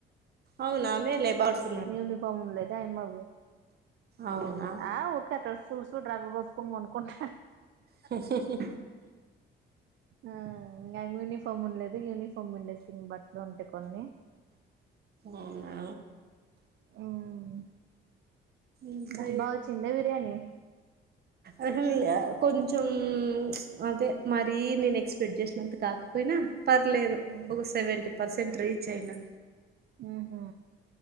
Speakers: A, on the right; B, on the right.
A: అవునా మేలే బర్డ్స్
B: యూనిఫార్మ్ ఉన్లేదా ఆయమ్మవి
A: అవున
B: ఆ ఉర్కట్ట సూడు సూడు రగు కప్కోని పనుకుంట
A: హు హు హు
B: ఆ ఇంగ్ ఐయాం యూనిఫామ్ ఉండలేదు యూనిఫామ్ ఉండేస్తే ఇం బట్టలు ఉంటె కొన్ని
A: అవునా
B: ఇమ్మ్మ్
A: ఇంకా
B: ఘ బా ఓచ్చిందా బిర్యానీ
A: అహ ల్యా కొంచెం అదే మరీ నేన్ ఎక్స్పెక్ట్ జేసినంత కాకపోయినా పర్లేదు
B: మ్మ్
A: ఒక సెవెంటీ పర్సెంట్ రీచ్ అయినా
B: ఊహు